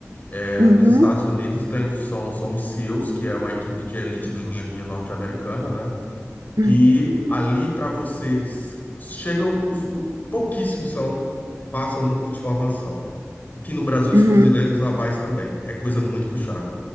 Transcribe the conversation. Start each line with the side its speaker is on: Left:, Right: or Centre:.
Left: É,
Right: Uhum,
Left: nos Estados Unidos tem os, são, são os SEALs, que é uma equipe de elite da Marinha norte-americana, né?
Right: uhum.
Left: que ali para vocês chegam os, o- pouquíssimos são passam no curso de formação. Aqui no Brasil, os
Right: uhum.
Left: fuzileiros navais também. É coisa muito puxada.